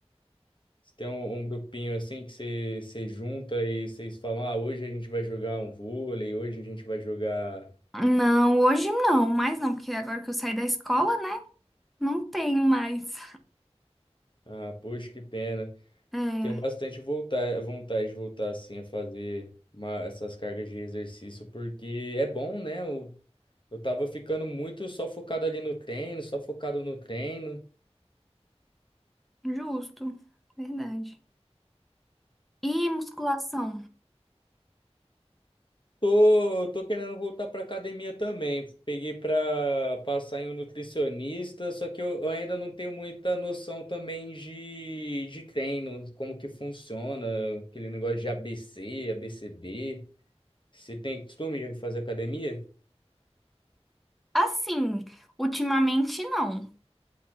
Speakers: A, on the left; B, in the centre.
A: Você tem um, um grupinho assim que você, você junta e vocês falam, ah, hoje a gente vai jogar um vôlei, hoje a gente vai jogar.
B: Não, hoje não, mas não, porque agora que eu saí da escola, né? Não tenho mais.
A: Ah, poxa, que pena.
B: É,
A: Tenho bastante voltar, vontade de voltar assim a fazer uma- essas cargas de exercício, porque é bom, né? Eu, eu tava ficando muito só focado ali no treino, só focado no treino.
B: justo, verdade. E musculação?
A: Tô, tô querendo voltar pra academia também. Peguei pra passar em um nutricionista, só que eu, eu ainda não tenho muita noção também de, de treino, como que funciona, aquele negócio de ABC, d Você tem costume de fazer academia?
B: Assim, ultimamente não.